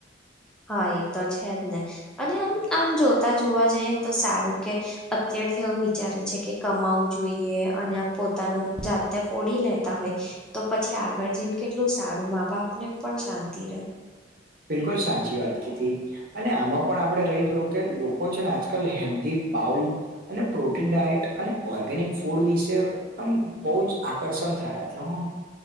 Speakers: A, in the centre; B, on the right.
A: હા એ તો છે જ ને અને આમ આમ જોતા જોવા જઈએ ને તો સારુ કે, અત્યારથી આવુ વિચારે છે કે કમાવું જોઈએ અને આમ પોતાનુ જાતે ફોડી લેતા હોય. તો પછી આગળ જઈને કેટલુ સારુ મા બાપ ને પણ શાંતિ રે.
B: બિલકુલ સાચી વાત કીધી. અને આમાં પણ આપણે રહી ગયુ કે લોકો છે ને આજકાલ હેલ્ધી બાઉલ અને પ્રોટીન ડાયટ અને ઓર્ગેનિક ફૂડ વિસે આમ બઉ જ આકળષણ થયા છ હું.